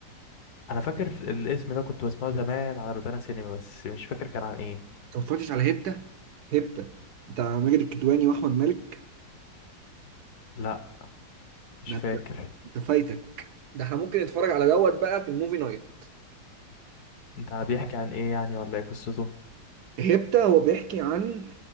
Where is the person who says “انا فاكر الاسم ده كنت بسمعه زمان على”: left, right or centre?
Left